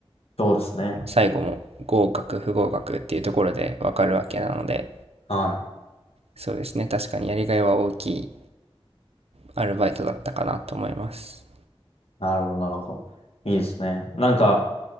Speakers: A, on the left (about 75°); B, on the right (about 85°).
A: そうですね。
B: 最後も合格不合格っていうところでわかるわけなので、
A: はい。
B: そうですね。確かにやりがいは大きいアルバイトだったかなと思います。
A: なるほど、なるほど。いいですね。なんか、